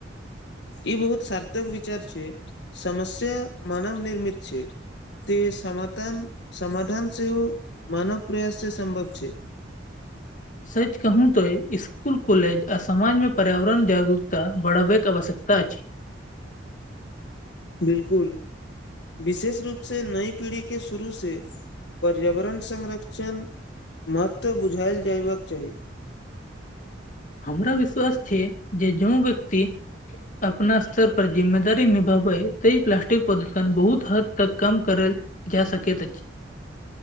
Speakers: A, on the left (about 60°); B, on the left (about 45°).
A: ई बहुत सार्थक विचार छै, समस्या मानव-निर्मित छै। तऽ समान समाधान सेहो मानव प्रयाससँ सम्भव छै।
B: सच कहू तऽ ई स्कूल, कॉलेज आ समाजमे पर्यावरण जागरूकता बढ़ेबाक आवश्यकता अछि।
A: बिल्कुल, विशेष रूपसँ नवी पीढ़ीके शुरूसँ। पर्यावरण संरक्षणक महत्त्व बुझाओल जायबाक चाही।
B: हमरा विश्वास छै जे जे व्यक्ति हमरा विश्वास छै जे जे व्यक्ति अपना स्तरपर जिम्मेदारी निभाबै, तऽ ई प्लास्टिक प्रदूषण बहुत हद तक कम कऽ सकैत अछि।